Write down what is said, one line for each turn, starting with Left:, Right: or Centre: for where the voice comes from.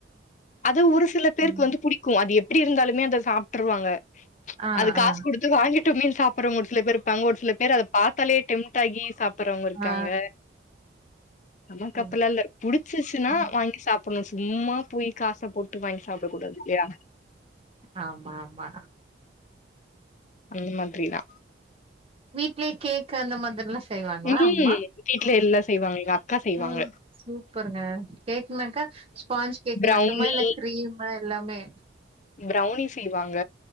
Left: அது ஒரு சில பேருக்கு
Right: ம்
Left: வந்து புடிக்கும் அது எப்டி இருந்தாலுமே அத சாப்ட்டுருவாங்க
Right: ஆ
Left: அது காசு
Right: ஆ
Left: கொடு இது வாங்கிட்டோமேனு சாப்டற மூட்ஸ்ல சில பேர் இருப்பாங்க ஒரு ஒரு சில பேர் அத பாத்தாலே டெம்ப்ட் ஆகி சாப் ப்படுறவங்க இருக்காங்க
Right: ஆ
Left: நமக்கு
Right: ம்
Left: அப்டில்லா ல புடிச்சிச்சுன்னா
Right: ம்
Left: வாங்கி சாப்டணு சும்மா போய் காச போட்டு வாங்கி சாப்ட கூடாது இல்லையா
Right: ஆமா ஆமா
Left: அந்த மாதிரி தா
Right: வீட்லே கேக்கு அந்த மாதிரில்லா செய்வாங்களா
Left: ம்
Right: அம்மா
Left: வீட்ல எல்லா செய்வாங்க எங்க அக்கா செய்வாங்க
Right: ம் சூப்பருங்க கேக்னாக்கா ஸ்பாஞ்ச் கேக்
Left: ப்ரௌனி
Right: மட்டுமா இல்ல க்ரீம்மு எல்லாமே
Left: ப்ரௌனி செய்வாங்க